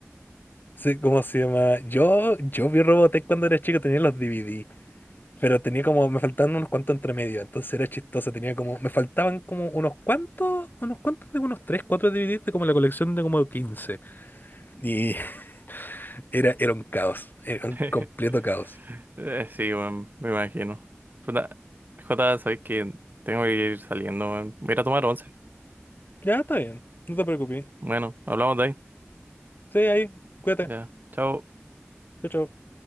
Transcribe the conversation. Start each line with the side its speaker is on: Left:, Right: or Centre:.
Left: Sí, ¿cómo se llama? Yo, yo vi Robotech cuando era chico, tenía los DVD, pero tenía como, me faltaban unos cuantos entre medio, entonces era chistoso, tenía como, me faltaban como unos cuantos, unos cuantos de unos 3, 4 DVDs de como la colección de como quince Y <laughs> era, era un caos, era un
Right: <laughs>
Left: completo caos.
Right: Eh, sí, weón, me imagino. Jota, Jota, sabes que tengo que ir saliendo, weón. Voy a ir a tomar once.
Left: Ya, está bien, no te preocupes.
Right: Bueno, hablamos de ahí.
Left: Sí, ahí, cuídate.
Right: Ya, chao.
Left: Chao, chao.